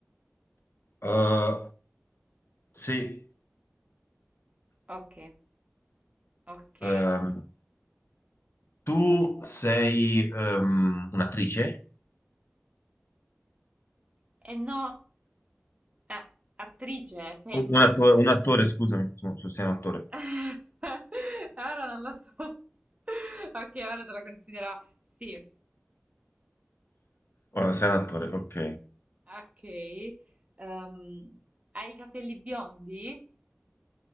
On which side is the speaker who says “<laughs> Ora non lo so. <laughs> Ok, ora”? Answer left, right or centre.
Right